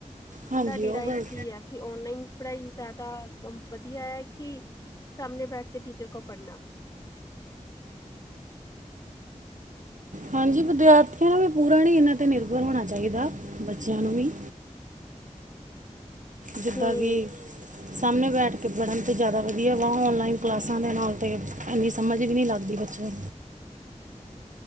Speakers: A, on the right; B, on the left.
A: ਹਾਂਜੀ
B: ਤੁਆਡੀ
A: ਉਹ
B: ਰਾਏ
A: ਗੱਲ
B: ਚ ਕੀ ਐ। ਕਿ ਔਨਲਾਈਨ ਪੜ੍ਹਾਈ ਜ਼ਿਆਦਾ ਵਧੀਆ ਐ ਕਿ ਸਾਹਮਣੇ ਬੈਠ ਕੇ ਟੀਚਰ ਕੋਲ ਪੜ੍ਹਨਾ।
A: ਹਾਂਜੀ ਵਿਦਿਆਰਥੀਆਂ ਨੂੰ ਪੂਰਾ ਨਈ ਏਨਾ ਤੇ ਨਿਰਭਰ ਹੋਣਾ ਚਾਈਦਾ ਬੱਚਿਆਂ ਨੂੰ ਵੀ ਜਿੱਦਾਂ
B: ਹਮ
A: ਕਿ ਸਾਹਮਣੇ ਬੈਠ ਕੇ ਪੜ੍ਹਨ ਤੇ ਜ਼ਿਆਦਾ ਵਧੀਆ ਵਾ ਓਨਲਾਈਨ ਕਲਾਸਾਂ ਦੇ ਨਾਲ ਤੇ ਐਨੀ ਸਮਝ ਵੀ ਨੀ ਲੱਗਦੀ ਬੱਚ ਚਲ